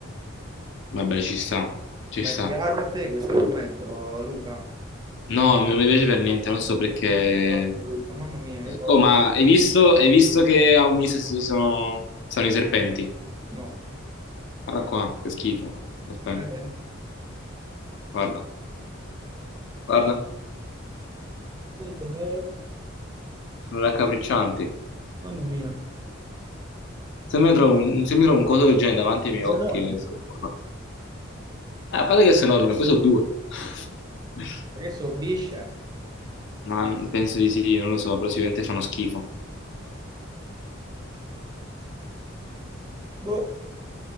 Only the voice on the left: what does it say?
vabbè, ci sta, ci
sta.
No, non mi piace per niente, non so perché.
Oh,
ma hai visto, hai visto che a Unise s- sono, sono i serpenti?
Guarda qua, che schifo. Aspetta,
guarda, guarda.
sono raccapriccianti.
Se mi trovo un, un- se mi trovo un coso del genere davanti ai miei
occhi,
penso... che faccio. Ah, a parte che sono enorme, poi sono due. <laughs>
Ma penso di sì, non lo so, però sicuramente fanno schifo.